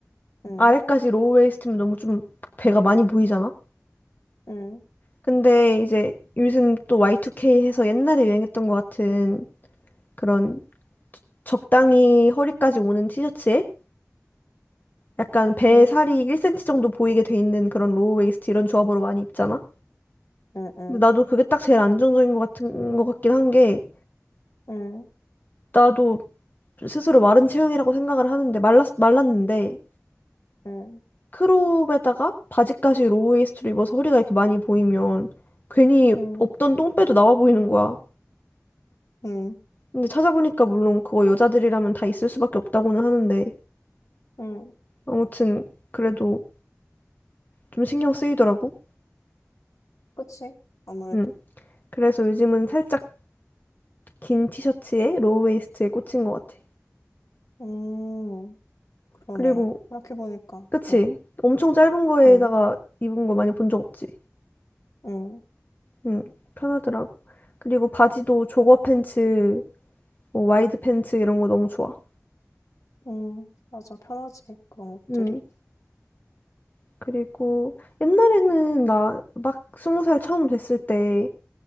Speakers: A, on the left (about 85°); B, on the left (about 35°).
A: 응,
B: 아래까지 로우 웨이스트면 너무 좀 배가 많이 보이잖아?
A: 응,
B: 근데 이제 요즘 또 Y2K 해서 옛날에 유행했던 것 같은 그런 적당히 허리까지 오는 티셔츠에 약간 배
A: 응,
B: 살이 1cm 정도 보이게 돼 있는 그런 로우 웨이스트 이런 조합으로 많이 입잖아?
A: 응, 응,
B: 근데 나도 그게 딱 제일 안정적인 것 같은 것 같긴 한 게
A: 응,
B: 나도 스스로 마른 체형이라고 생각을 하는데 말랐, 말랐는데
A: 응,
B: 크롭에다가 바지까지 로우 웨이스트로 입어서 허리가 이렇게 많이 보이면 괜히
A: 응, 응,
B: 없던 똥배도 나와 보이는 거야.
A: 응,
B: 근데 찾아보니까 물론 그거 여자들이라면 다 있을 수밖에 없다고는 하는데
A: 응,
B: 아무튼 그래도 좀 신경 쓰이더라고.
A: 그치? 아무래도.
B: 응. 그래서 요즘은 살짝 긴 티셔츠에 로우웨이스트에 꽂힌 것 같아.
A: 음. 그러네.
B: 그리고
A: 생각해보니까.
B: 그치?
A: 응,
B: 엄청 짧은 거에다가
A: 응,
B: 입은 거 많이 본 적 없지?
A: 응,
B: 응. 편하더라고. 그리고 바지도 조거 팬츠, 뭐 와이드 팬츠 이런 거 너무 좋아.
A: 응. 맞아. 편하지. 그런
B: 응.
A: 것들이.
B: 그리고 옛날에는 나 막 스무 살 처음 됐을 때